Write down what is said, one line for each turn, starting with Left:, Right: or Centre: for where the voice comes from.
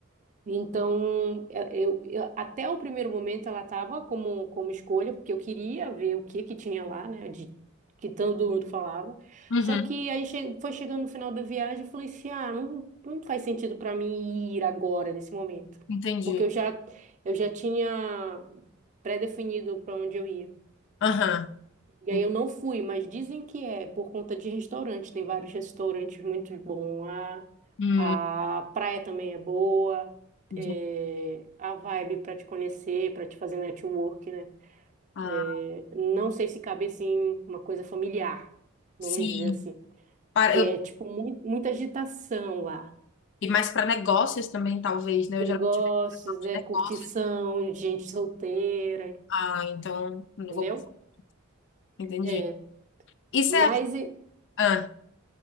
Right: Então, eh, eu, eu- até o primeiro momento ela estava como, como escolha, porque eu queria ver o que que tinha lá, né? De, que todo mundo falava.
Left: uhum,
Right: Só que aí che- foi chegando no final da viagem, eu falei assim, ah, não, não faz sentido para mim ir agora, nesse momento.
Left: entendi.
Right: Porque eu já, eu já tinha pré-definido para onde eu ia.
Left: Aham,
Right: E
Left: en-
Right: aí eu não fui, mas dizem que é por conta de restaurante. Tem vários restaurantes muito bons lá.
Left: hum,
Right: A praia também é boa.
Left: entendi.
Right: É, a vibe para te conhecer, para te fazer network, né?
Left: Ah,
Right: É, não sei se cabe assim uma coisa familiar, vamos
Left: sim.
Right: dizer assim,
Left: Para,
Right: que
Left: eu,
Right: é tipo mui- muita agitação lá.
Left: e mais para negócios também, talvez, né? Eu
Right: Negócios,
Left: geralmente vejo pessoal de
Right: é
Left: negócio.
Right: curtição, gente solteira,
Left: Ah, então, não
Right: entendeu?
Left: vou passar. Entendi.
Right: É,
Left: Isso
Right: mas
Left: é.
Right: e-
Left: Ah,